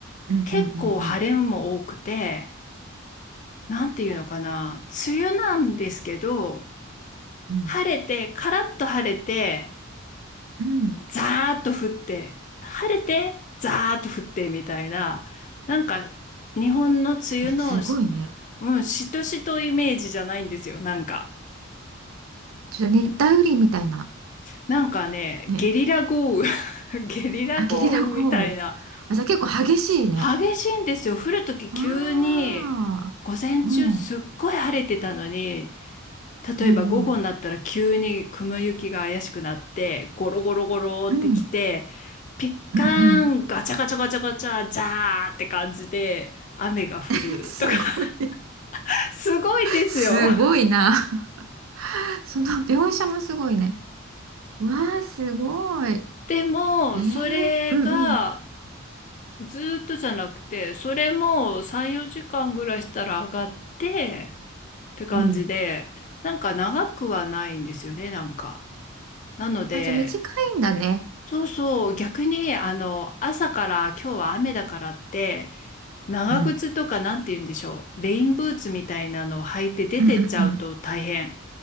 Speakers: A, on the right; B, on the left.
A: うんうんうん
B: 結構晴れも多くて、なんていうのかな、梅雨なんですけど、
A: うん。ええうん。
B: 晴れて、カラッと晴れて、
A: うん
B: ザーッと降って、晴れて、ザーッと降ってみたいな、なんか日本の梅雨のし、
A: すごいね。
B: うん、しとしとイメージじゃないんですよ、なんか。
A: ちょっと熱帯雨林みたいな。
B: なんかね、
A: ね。
B: ゲリラ豪雨 <laughs> ゲリラ豪雨みたいな。
A: あ、ゲリラ豪雨。あ、じゃあ結構激しいね。
B: 激しいんですよ。降るとき急に、
A: ああ。
B: 午前中すっごい晴れてたのに、
A: うん。
B: 例えば午後になったら急に雲行きが怪しくなって、
A: うんうん。
B: ゴロゴロゴロってきて、
A: うん。
B: ピッカーン、
A: うんうん。
B: ガチャガチャガチャガチャ、ジャーって感じで雨が降るとか、
A: <laughs> すごい。
B: <laughs> すごいですよ。
A: すごいな。<laughs> その描写もすごいね。うわあ、すごい。
B: でも、
A: えー、
B: それが
A: うんうん。
B: ずーっとじゃなくて、それも3、4時間ぐらいしたら上がってって感じで、
A: うん。
B: なんか長くはないんですよね、なんか。なので、
A: あ、じゃあ短いんだね。
B: そうそう、逆に、あの、朝から今日は雨だからって、長靴とかなんて言うんでしょう。
A: うん。
B: レインブーツみたいなのを履いて出てっちゃうと大変。
A: うんうんうん。